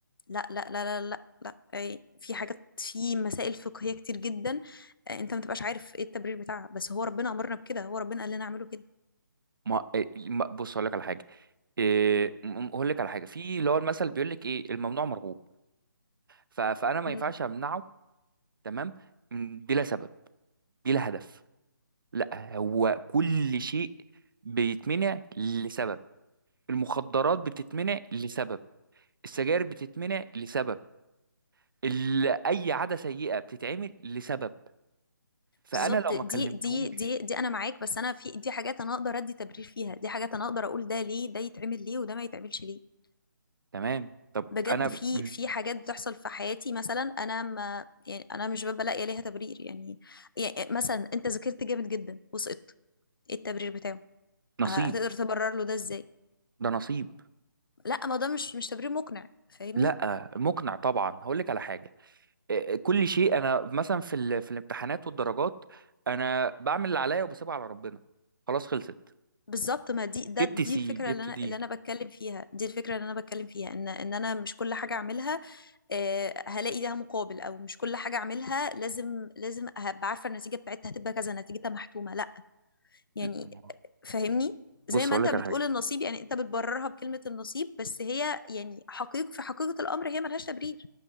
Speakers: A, on the left; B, on the right.
A: لا لا لا لا لا لا إيه، في حاجات في مسائل فقهية كتير جدا آه، انت ما تبقاش عارف ايه التبرير بتاعها بس هو ربنا امرنا بكده هو ربنا قال لنا اعمله كده
B: ما إيه- ما- بص اقول لك على حاجه إيه، م- م- اقول لك على حاجه في اللي هو المثل بيقول لك ايه الممنوع مرغوب ف- فانا ما
A: مم.
B: ينفعش امنعه تمام م- بلا سبب بلا هدف لا هو كل شيء بيتمنع لسبب المخدرات بتتمنع لسبب السجاير بتتمنع لسبب ال- اي عاده سيئه بتتعمل لسبب فانا
A: بالظبط
B: لو ما
A: دي
B: كلمتهوش
A: دي دي دي انا معاك بس انا في دي حاجات انا اقدر ادي تبرير فيها دي حاجات انا اقدر اقول ده ليه ده يتعمل ليه وده ما يتعملش ليه
B: تمام طب
A: بجد
B: انا
A: في
B: م-
A: في حاجات بتحصل في حياتي مثلا انا ما يعني انا مش ببقى لاقيه ليها تبرير يعني, يعني مثلا انت ذاكرت جامد جدا وسقطت ايه التبرير بتاعه
B: نصيب
A: ه- هتقدر تبرر له ده ازاي
B: ده نصيب
A: لا ما ده مش مش تبرير مقنع فاهمني
B: لا مقنع طبعا هقول لك على حاجه آه، آه، كل شيء انا مثلا في ال... في الامتحانات والدرجات انا بعمل اللي عليا وبسيبها على ربنا خلاص خلصت
A: بالظبط ما دي ده
B: جبت
A: دي
B: سي
A: الفكره
B: جبت
A: اللي انا
B: دي
A: اللي انا بتكلم فيها دي الفكره اللي انا بتكلم فيها ان ان انا مش كل حاجه اعملها آه، هلاقي لها مقابل او مش كل حاجه اعملها لازم لازم هبقى عارفه النتيجه بتاعتها هتبقى كذا نتيجتها محتومه لا يعني
B: لا، ما-
A: فاهمني زي
B: بص
A: ما
B: اقول
A: انت
B: لك
A: بتقول
B: على حاجه
A: النصيب يعني انت بتبررها بكلمه النصيب بس هي يعني حقيقة في حقيقه الامر هي ملهاش تبرير